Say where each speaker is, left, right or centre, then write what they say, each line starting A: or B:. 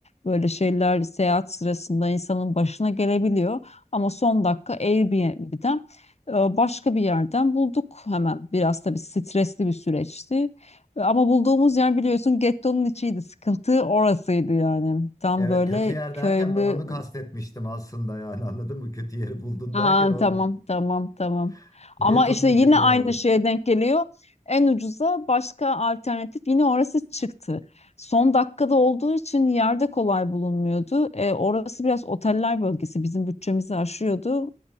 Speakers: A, on the left (about 50°); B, on the left (about 25°).
A: Böyle şeyler seyahat sırasında insanın başına gelebiliyor. Ama son dakika Airbnb'den e, Başka bir yerden bulduk hemen. Biraz tabii stresli bir süreçti. E, Ama bulduğumuz yer biliyorsun gettonun içiydi. Sıkıntı orasıydı yani. Tam
B: Evet
A: böyle
B: kötü yer
A: köylü...
B: derken ben onu kastetmiştim aslında yani anladın mı? Kötü yeri buldun
A: Aa,
B: derken o
A: tamam tamam tamam.
B: <laughs>
A: Ama
B: getonun
A: işte
B: içinde
A: yine aynı
B: yani.
A: şeye denk geliyor. En ucuza başka alternatif yine orası çıktı. Son dakikada olduğu için yerde kolay bulunmuyordu. E, orası biraz oteller bölgesi bizim bütçemizi aşıyordu.